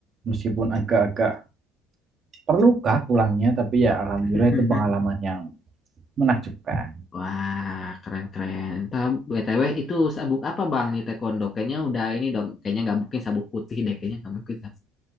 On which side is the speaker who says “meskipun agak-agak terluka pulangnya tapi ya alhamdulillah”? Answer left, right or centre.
Right